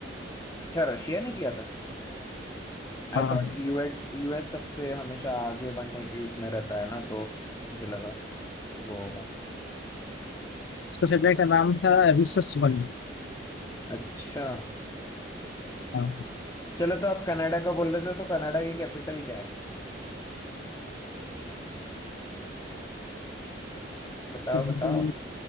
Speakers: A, on the left; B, on the left.
A: अच्छा रशिया ने किया था आई
B: हाँ
A: थॉट यूएस यूएस सबसे हमेशा आगे बढ़ने की उसमें रहता है ना तो मुझे लगा वो होगा
B: उसका सैटेलाइट का नाम था रिसस वन
A: अच्छा
B: हाँ
A: चलो तो आप कनाडा का बोल रहे थे तो कनाडा की कैपिटल क्या है बताओ
B: थोड़ा
A: बताओ